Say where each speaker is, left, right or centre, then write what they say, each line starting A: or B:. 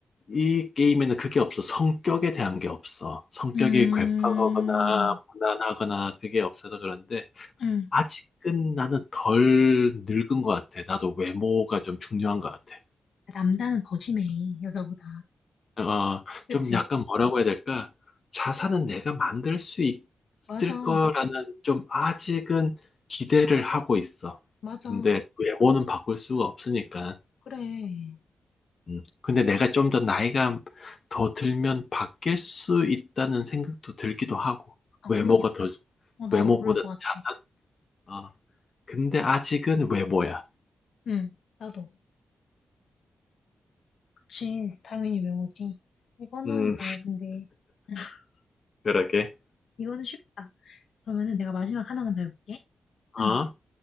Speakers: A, on the left; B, on the left.
A: 이 게임에는 그게 없어. 성격에 대한 게 없어. 성격이
B: 음,
A: 괴팍하거나 무난하거나 그게 없어서 그런데
B: 응.
A: 아직은 나는 덜 늙은 것 같아. 나도 외모가 좀 중요한 것 같아.
B: 남자는 더 심해, 여자보다.
A: 어,
B: 그치?
A: 좀 약간 뭐라고 해야 될까? 자산은 내가 만들 수 있을
B: 맞아,
A: 거라는 좀 아직은 기대를 하고 있어.
B: 맞아.
A: 근데 외모는 바꿀 수가 없으니까.
B: 그래.
A: 음, 근데 내가 좀 더 나이가 더 들면 바뀔 수 있다는 생각도 들기도 하고,
B: 아,
A: 외모가
B: 그러겠다.
A: 더,
B: 어, 나도
A: 외모보다
B: 그럴 것 같아.
A: 자산? 어. 근데 아직은 외모야.
B: 응, 나도. 그치, 당연히 외모지. 이거는
A: 음,
B: 뭐, 근데, <laughs>
A: 그러게.
B: 이거는 쉽다. 그러면은 내가 마지막 하나만 더 해볼게.
A: 어?
B: 응,